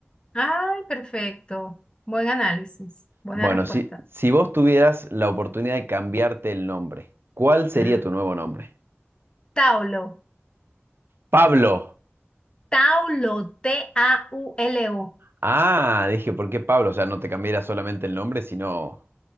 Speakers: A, on the left (about 20°); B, on the right (about 60°).
A: Ay, perfecto. Buen análisis. Buena
B: Bueno,
A: respuesta.
B: si, si vos tuvieras la oportunidad de cambiarte el nombre, ¿cuál sería
A: Ah,
B: tu nuevo nombre?
A: Taulo.
B: Pablo.
A: Taulo. T-A-U-L-O.
B: Ah, dije, ¿por qué Pablo? O sea, no te cambiaría solamente el nombre, sino